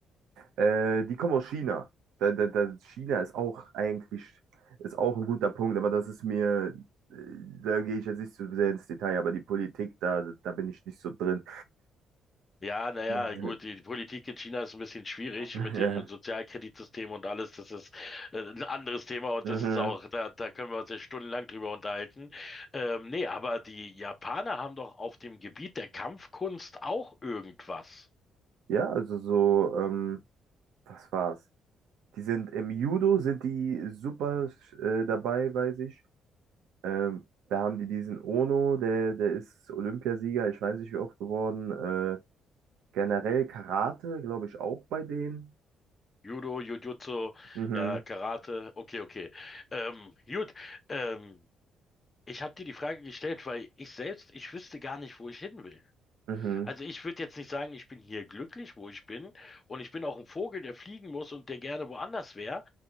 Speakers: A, on the right; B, on the left.
A: Äh, die kommen aus China. Da, da, da, China ist auch eigentlich ist auch ein guter Punkt, aber das ist mir, äh, da gehe ich jetzt nicht zu sehr ins Detail, aber die Politik, da, da bin ich nicht so drin.
B: Ja, naja,
A: <laughs>
B: gut, die, die Politik in China ist ein bisschen schwierig
A: Ja.
B: mit dem Sozialkreditsystem und alles. Das ist äh, ein anderes Thema und
A: Mhm.
B: das ist auch, da, da können wir uns ja stundenlang drüber unterhalten. Ähm, nee, aber die Japaner haben doch auf dem Gebiet der Kampfkunst auch irgendwas.
A: Ja, also so, ähm, was war's? Die sind im Judo, sind die super äh, dabei, weiß ich. Ähm, da haben die diesen Ono, der, der ist Olympiasieger, ich weiß nicht wie oft geworden. Äh, generell Karate, glaube ich, auch bei denen.
B: Judo, Jujutsu,
A: Mhm.
B: ja, Karate, okay, okay. Ähm, gut, ähm, ich habe dir die Frage gestellt, weil ich selbst, ich wüsste gar nicht, wo ich hin will.
A: Mhm.
B: Also ich würde jetzt nicht sagen, ich bin hier glücklich, wo ich bin. Und ich bin auch ein Vogel, der fliegen muss und der gerne woanders wäre.